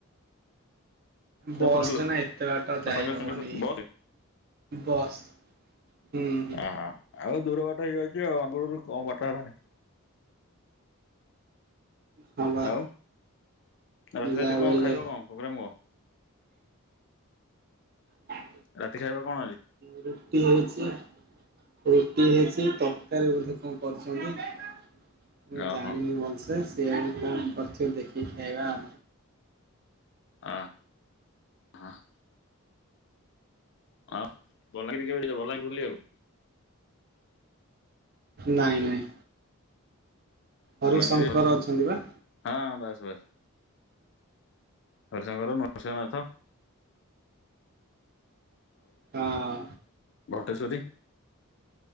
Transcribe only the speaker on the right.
ବସ
ରେ ନା ଏତେ ବାରଟା
ଯାଇହବନି
ବସ୍ ହୁଁ ହଁ
ହଁ ବା
ଯାହା
ବି
ହେଲେ
ହ
ରୁଟି ହେଇଛି ରୁଟି ହେଇଛି ତରକାରୀ ବୋଧେ କଣ କରୁଛନ୍ତି। ମୁଁ
ଜାଣିନି ଭଲସେ ସିଆଡ କଣ କରଛୁ ଦେଖିକି ଖାଇବା ଆ
ନାଇଁ ନାଇଁ ହରିଶଙ୍କର
ଅଛନ୍ତି ବା
ହଁ